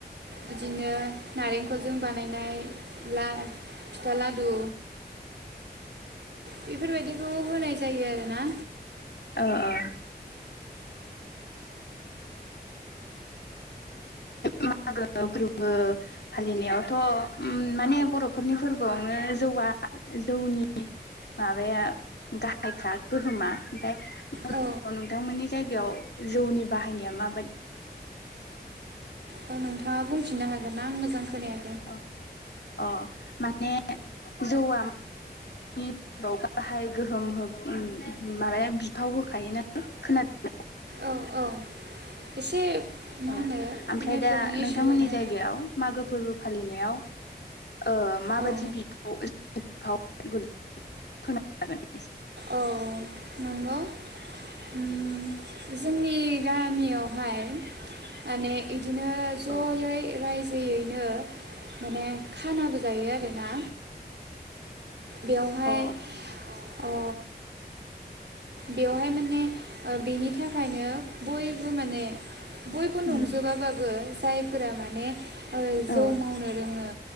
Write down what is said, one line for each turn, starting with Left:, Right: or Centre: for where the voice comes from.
Right: बिदिनो नारेंखल जों बानायनाय ला फिथा लादु बेफोरबायदिखौ होनाय जायो आरो ना
Left: ओ ओ मागो फोरबो फालिनायावथ' ओम माने बर'फोरनि फोरबोआवनो जौआ जौनि माबाया गाहायखा गोहोमा ओमफ्राय
Right: औ
Left: नोंथांमोननि जायगायाव जौनि बाहायनाया माबा
Right: औ नोंथाङा बुंफिनो हागोनना आं मोजां खोनाया
Left: अ अ माने जौआ <unintelligible> गाहाय गोहोम हो उम माबाया बिफाव होखा <unintelligible>
Right: औ औ एसे मा
Left: ओ
Right: होनो
Left: ओमफ्राय
Right: नेटवर्कनि
Left: दा नोंथांमोननि
Right: इसु जादों
Left: जायगायाव मागो फोरबो फालिनायाव ओ माबायदि
Right: औ
Left: बिफाव <unintelligible> <unintelligible>
Right: औ नंगौ उम जोंनि गामियावहाय माने इदिनो
Left: औ
Right: जयै रायजोयैनो माने खानाबो जायो आरोना। बेवहाय
Left: औ अ
Right: ओ बेवहाय माने ओ बेनि थाखायनो बयबो माने बयबो
Left: उम
Right: नंजोबाबाबो जायफोरा माने ओ जौ
Left: औ
Right: मावनो रोङो